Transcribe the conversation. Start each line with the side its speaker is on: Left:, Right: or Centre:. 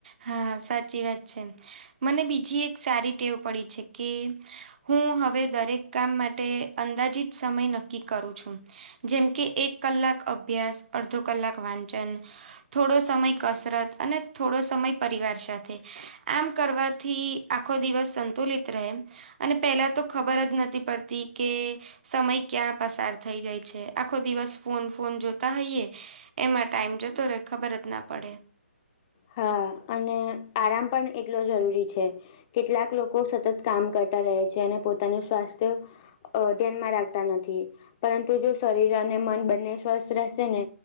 Right: હા, સાચી વાત છે. મને બીજી એક સારી ટેવ પડી છે કે, હું હવે દરેક કામ માટે અંદાજીત સમય નક્કી કરું છું. જેમ કે એક કલાક અભ્યાસ અડધો કલાક વાંચન, થોડો સમય કસરત અને થોડો સમય પરિવાર સાથે. આમ કરવાથી આખો દિવસ સંતુલિત રહે. અને પહેલા તો ખબર જ નથી પડતી કે. સમય ક્યાં પસાર થઈ જાય છે આખો દિવસ ફોન ફોન જોતા હોઈયએ, એમાં ટાઈમ જતો રહે ખબર જ ના પડે.
Left: હા અને આરામ પણ એટલો જરૂરી છે. કેટલાક લોકો સતત કામ કરતા રહે છે અને પોતાનું સ્વાસ્થ્ય, અ ધ્યાનમાં રાખતા નથી પરંતુ જો શરીર અને મન બંને સ્વસ્થ રહેશે ને,